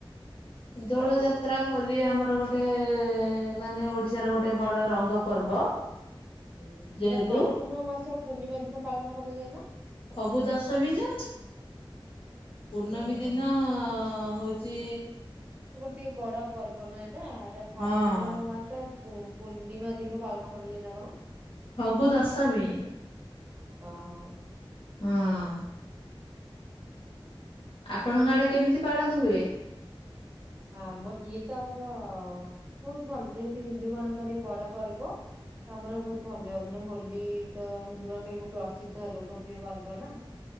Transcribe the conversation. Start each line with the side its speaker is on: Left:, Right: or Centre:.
Left: ଦୋଳ ଯାତ୍ରା ହୋଲି ଆମର ଗୋଟେ ମାନେ ଓଡିଶାର ଗୋଟେ ବଡ ରଙ୍ଗ ପର୍ବ।
Right: ହୁଁ ଏଇଟା
Left: ଯେହେତୁ
Right: ଫାଲଗୁନ ମାସ ପୂର୍ଣ୍ଣିମା ଦିନ ପାଳନ କରାଯାଏ ନା?
Left: ଫଗୁଦଶମୀ ନା ପୂର୍ଣ୍ଣମୀ
Right: ଓହୋ
Left: ଦିନ ହଉଚି
Right: ଟିଏ ବଡ ପର୍ବ ନା ଏଟା, ଏଟା ଫାଲଗୁନ
Left: ହଁ
Right: ମାସ ହୁଁ ପୂର୍ଣ୍ଣିମା ଦିନ ପାଳନ କରାଯାଏ ନା କଣ?
Left: ଫଗୁ ଦଶମୀ।
Right: ଓହୋ
Left: ହଁ-ଅ-ଅ ଆପଣଙ୍କ ଆଡେ କେମିତି ପାଳନ ହୁଏ?
Right: ହ ଆମ ଇଏ ତ ଆମର-ଅ-ଅ-ଅ-ଅ ବହୁତ ଭଲ, ଯେହେତୁ ହିନ୍ଦୁ ମାନଙ୍କର ଏଇ ବଡ ପର୍ବ। ତ ଆମର ବହୁତ ଭଲ, ମାନେ ହୋଲି ତ ହିନ୍ଦୁ ମାନଙ୍କ ଏକ ପ୍ରସିଦ୍ଧ ଲୋକପ୍ରିୟ ପର୍ବ ନା।